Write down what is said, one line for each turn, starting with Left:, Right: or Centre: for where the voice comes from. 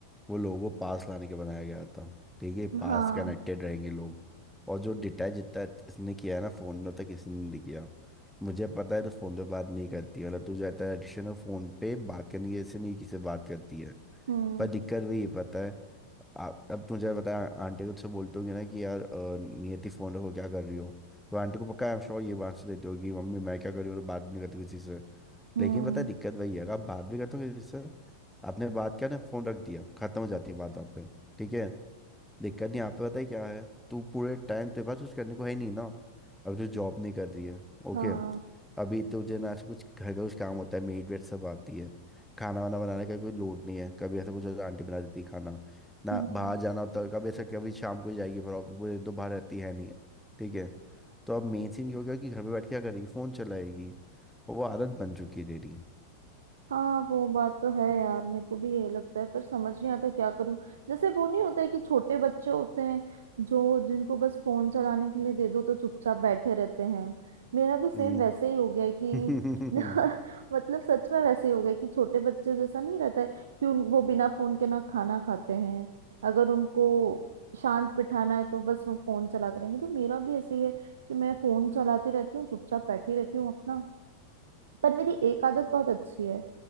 Centre: वो लोगों को पास लाने के बनाया गया था ठीक है पास
Right: हाँ
Centre: कनेक्टेड रहेंगे लोग और जो डिटैच जितना इसने किया है ना फ़ोन ने उतना किसी ने नहीं किया मुझे पता है तो फ़ोन पे बात नहीं करती मतलब तुझे आता है एडिक्शन है फ़ोन पे बात करने की ऐसे नहीं किसी से बात करती है
Right: हम्म
Centre: पर दिक्कत वही है पता है आप अब तुझे पता है आंटी को तुझसे बोलते होगी ना कि यार अ, नियति फ़ोन रखो क्या कर रही हो तो आंटी को पक्का आई एम श्योर ये आंसर देती होगी मम्मी मैं क्या कर रही हूँ तो बात भी नहीं करती किसी से
Right: हम्म
Centre: लेकिन पता है दिक्कत वही है आप बात भी करते हो किसी से आपने बात किया ना फोन रख दिया खत्म हो जाती है बात वहाँ पे ठीक है दिक्कत नहीं यहाँ पे पता है क्या है तू पूरे टाइम तेरे पास कुछ करने को है नहीं ना अब जो जॉब नहीं कर रही है ओके
Right: हाँ
Centre: अभी तुझे ना ऐसे कुछ घर का कुछ काम होता है मेड वेड सब आती है खाना वाना बनाने का कोई लोड नहीं है कभी ऐसा कुछ होता है, आंटी बना देती है खाना ना
Right: हम्म
Centre: बाहर जाना होता है कभी ऐसा कभी शाम को ही जाएगी फिर ऑफिस पूरे दिन तो बाहर रहती है नहीं ठीक है तो अब मेन सीन ये हो गया कि घर पे बैठ के क्या करेगी फ़ोन चलाएगी और वो आदत बन चुकी है तेरी
Right: हाँ वो बात तो है यार मेरे को भी यही लगता है पर समझ नहीं आता क्या करूं जैसे वो नहीं होता है कि छोटे बच्चे होते हैं जो जिनको बस फोन चलाने के लिए दे दो तो चुपचाप बैठे रहते हैं मेरा भी सेम
Centre: हम्म,
Right: वैसे ही हो गया है कि
Centre: <laughs>
Right: <laughs> मतलब सच में वैसे ही हो गया है कि छोटे बच्चे जैसा नहीं रहता है कि उन, वो बिना फोन के ना खाना खाते हैं अगर उनको शांत बिठाना है तो बस वो फोन चलाते रहेंगे तो मेरा भी ऐसे ही है कि मैं फोन चलाती रहती हूँ चुपचाप बैठी रहती हूँ अपना पर मेरी एक आदत बहुत अच्छी है